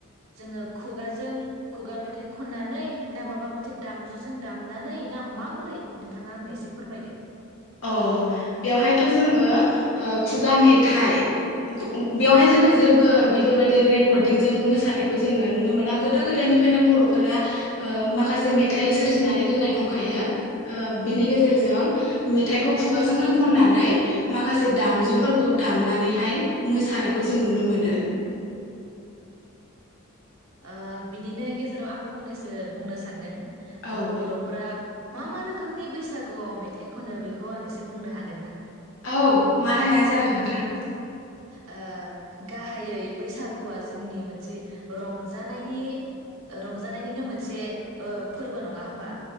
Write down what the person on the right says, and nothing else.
जोङो खुगाजों खुगा मेथाइ खननानै ना माबा मोनसे दामजुजों दामनानै ना माबोरै नोंथाङा आंनो एसे फोरमायदो।
ओ बिनिनो गेजेराव आं फंनैसो बुंनो सानदों।
ओ
बर'फ्रा मा मा रोखोमनि बैसागुआव मेथाइ खनो बेखौ आं एसे बुंनो हागोन ना?
ओ गाहायै बैसागुआ जोंनि मोनसे रंजानायनि रंजानायनिनो मोनसे ओ फोरबो नङा होमबा?